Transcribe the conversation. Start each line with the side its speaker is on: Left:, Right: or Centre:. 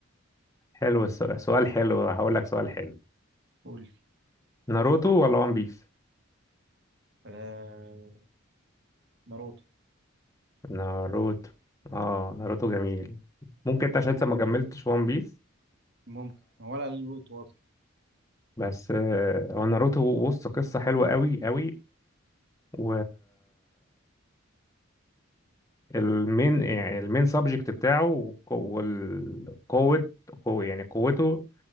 Left: حلو السؤال سؤال حلو هقول لك سؤال حلو
Right: قول
Left: ناروتو ولا وان بيس
Right: آه... ناروتو
Left: ناروتو اه ناروتو جميل ممكن انت
Right: أنت
Left: عشان
Right: بتحب
Left: انت ما كملتش وان بيس
Right: ممكن ولا ناروتو أصلا
Left: بس آه، هو ناروتو بص قصة حلوة قوي قوي و المين يعني المين سبجكت بتاعه والقوة قوة يعني قوته